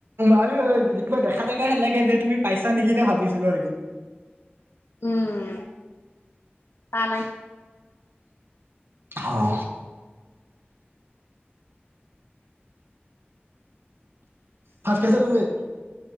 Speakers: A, on the right; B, on the left.
A: আৰু কিবা দেখা দেখা হে লাগে যে তুমি পাইছা নেকি ভাবিছিলো নেকি
B: উম নাই নাই।
A: আহঁ। ভাত খাইছা তুমি।